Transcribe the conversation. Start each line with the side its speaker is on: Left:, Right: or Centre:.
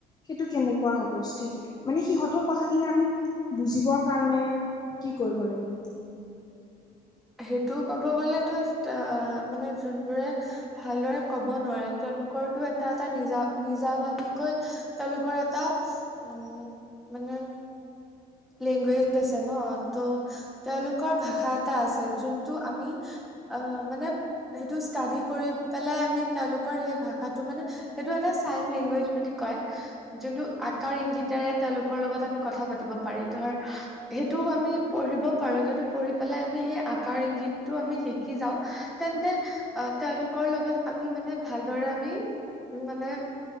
Left: সেইটো কেনেকুৱা হ'ব স্থিতিটো মানে সিহঁতৰ কথাখিনি আমি বুজিবৰ কাৰণে কি কৰিব লাগিব
Centre: সেইটো কব গ'লেতো তে আ মানে যোনবোৰে ভালদৰে কব নোৱাৰে তেওঁলোকৰটো এটা এটা নিজা নিজা ভাবিকৈ তেওঁলোকৰ এটা উম মানে লেংগুৱেজ আছে ন ত' তেওঁলোকৰ ভাষা এটা আছে যোনটো আমি অ মানে সেইটো ষ্টাডি কৰি পেলাই আমি তেওঁলোকৰ সেই ভাষাটো মানে সেইটো এটা চাইন লেংগুৱেজ বুলি কয় যোনটো আকাৰ ইংগিতেৰে তেওঁলোকৰ লগত আমি কথা পাতিব পাৰি ধৰ সেইটোও আমি পঢ়িবও পাৰোঁ, যদি পঢ়ি পেলাই আমি সেই আকাৰ ইংগিতটো আমি শিকি যাওঁ তেন্তে আ, তেওঁলোকৰ লগত আমি মানে ভালদৰে আমি উ, মানে